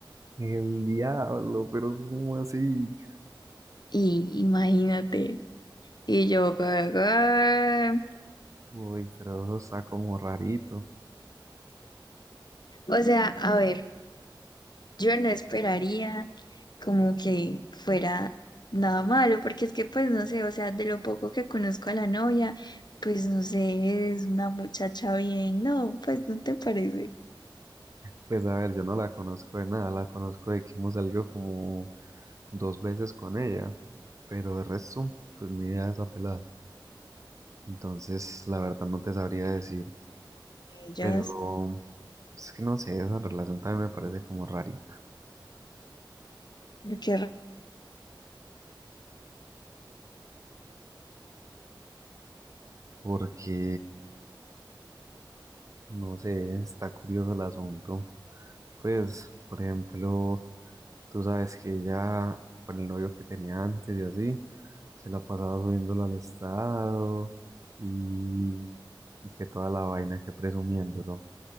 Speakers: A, on the right; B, on the left.
A: El diablo, pero ¿cómo así?
B: Y imagínate. Y yo, "Ah".
A: Uy, pero eso está como rarito.
B: o sea, a ver, yo no esperaría como que fuera nada malo, porque es que pues no sé, o sea, de lo poco que conozco a la novia, pues no sé, es una muchacha bien, no, pues no te parece.
A: Pues a ver, yo no la conozco de nada, la conozco de que hemos salido como dos veces con ella, pero de resto, pues ni idea de esa pelada. Entonces, la verdad no te sabría decir,
B: Ellas,
A: pero pues es que no sé, esa relación también me parece como rarita.
B: lo que raro.
A: porque no sé, está curioso el asunto. Pues, por ejemplo, tú sabes que ella, con el novio que tenía antes y así, se la pasaba subiéndolo al estado y, y que toda la vaina que presumiéndolo.